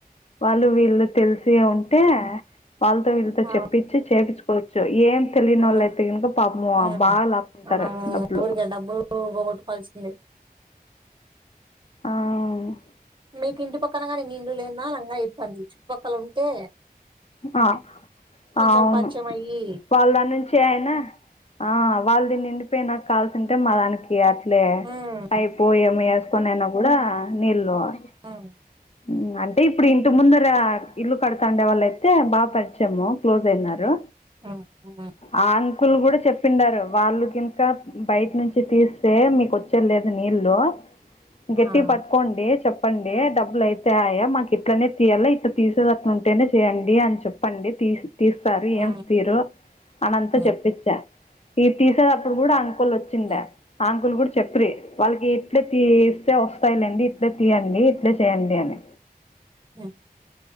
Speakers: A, on the left; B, on the right.
A: వాళ్ళు వీళ్ళు తెలిసే ఉంటే వాళ్ళతో వీళ్ళతో
B: అవు,
A: చెప్పిచ్చీ చేపిచ్చూకోవచ్చు ఏం తెలియనోళ్ళయితే
B: అవు,
A: ఇంగ పాపము
B: ఉమ్.
A: బాగాలాక్కుంటారు.
B: మనము
A: డబ్బులు
B: ఊరికే డబ్బులు పోగొట్టుకోవాల్సిందే
A: అవు
B: మీకి ఇంటి పక్కన కానీ మీ ఇండ్లు లేద అలా ఐయిపోంది చుట్టుపక్కల ఉంటే
A: ఆ
B: కొంచెం
A: అవును
B: పరిచయం అయ్యి
A: వాళ్ళ నుంచి చే అయినా ఆ వాళ్దీ నిండిపోయినా నాకాల్సింటే మాదానికి ఇగ అట్లే
B: ఉమ్,
A: అయిపోయే ఏమి ఏసుకొని అయినా గూడ నీళ్ళు పో
B: ము
A: ఊ అంటే ఇప్పుడు ఇంటి ముందర ఇల్లు కడుతాండే వాళ్ళయితే బా పరిచయము క్లోజ్ అయినారు.
B: ఆహ
A: ఆ అంకుల్ గూడ చెప్పిండారు. వాళ్ళు కింకా బయటనుంచి తీస్తే మీకు వచ్చే లేదు నీళ్లు గట్టిగ
B: ఆ.
A: పట్టుకోండి. చెప్పండి. డబ్బులు అయి అయ్యే మాకు ఇట్లనే తీయాలే ఇట్లా తీసేది అట్లు ఉంటేనే చేయండి. అని చెప్పండి తీసి తీస్తారు.
B: ఆ
A: ఏం తీరు అనంతా
B: ఆ
A: చెప్పించా. ఈ తీసేటప్పుడు గూడ అంకుల్ వచ్ చ్చిందా
B: ఆ
A: ఆ ఆంకుల్ గూడ చెప్ప్రి వాళ్ళకి ఇట్లే తీస్తే వస్తాయిలేండి. ఇట్లా తీయండి. ఇట్లే చేయండి. అని
B: ఊ